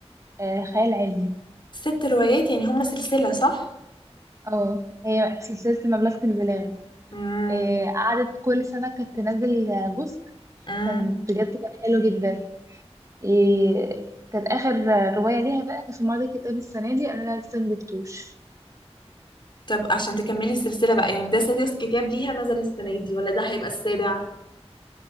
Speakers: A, on the right (about 30°); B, on the left (about 45°).
A: آه، خيال علمي
B: ست روايات يعني هما سلسلة صح؟
A: اه هي سلسلة مملكة البلاد
B: امم
A: إيه قعدت كل سنة كانت تنزل جزء
B: امم
A: كان بجد كان حلو جدا إيه كان آخر رواية ليها بقى كانت في معرض الكتاب السنة دي أنا لسه مجبتوش
B: طب عشان تكملي السلسلة بقى يعني ده سادس كتاب ليها نزل السنة دي ولا ده هيبقى السابع؟